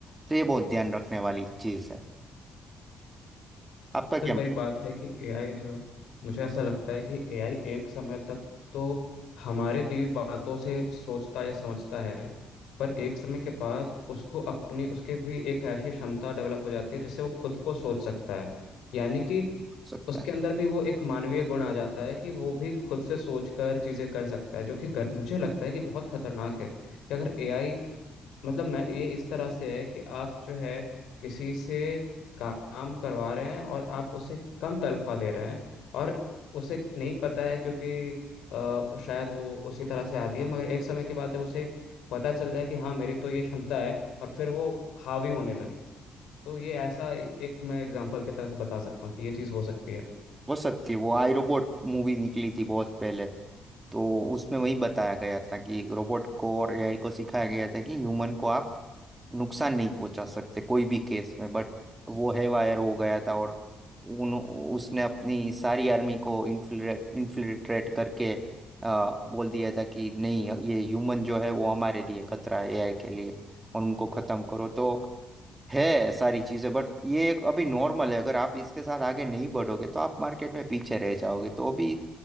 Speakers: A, on the right; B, on the left.
A: तो ये बहुत ध्यान रखने वाली चीज़ है आपका
B: सबसे
A: क्या
B: बड़ी
A: हो
B: बात है कि एआई जो मुझे ऐसा लगता है कि एआई एक समय तक तो हमारे दी हुई बातों से सोचता या समझता है पर एक समय के बाद उसको अपने उसके भी एक ऐसी क्षमता डेवलप हो जाती है जिससे वो खुद को सोच सकता है यानी कि
A: सकता
B: उसके
A: है
B: अंदर भी वो एक मानवीय गुण आ जाता है कि वो भी खुद से सोचकर चीजें कर सकता है जो कि गर, मुझे लगता है कि बहुत खतरनाक है कि अगर एआई मतलब मैं ये इस तरह से है कि आप जो है किसी से काम करवा रहे हैं और आप उसे कम तनख्वाह दे रहे हैं और उसे नहीं पता है क्योंकि अ, शायद वो उसी तरह से आती है मगर एक समय के बाद जब उसे पता चल जाए कि हाँ मेरी तो ये क्षमता है और फिर वो हावी होने लगे तो ये ऐसा एक मैं एग्जाम्पल की तरह से बता सकता हूँ कि ये चीज़ हो सकती है
A: हो सकती है वो आई रोबोट मूवी निकली थी बहुत पहले तो उसमें वही बताया गया था कि रोबोट को और एआई को सिखाया गया था कि ह्यूमन को आप नुकसान नहीं पहुंचा सकते कोई भी केस में बट वो है वायर हो गया था और उन उसने अपनी सारी आर्मी को इन्फिल्ट्रेट इन्फिल्ट्रेट करके आ, बोल दिया था कि नहीं ये ह्यूमन जो है वो हमारे लिए खतरा है एआई के लिए और उनको खत्म करो तो है सारी चीजें बट ये एक अभी नॉर्मल है अगर आप इसके साथ आगे नहीं बढ़ोगे तो आप मार्केट में पीछे रह जाओगे तो अभी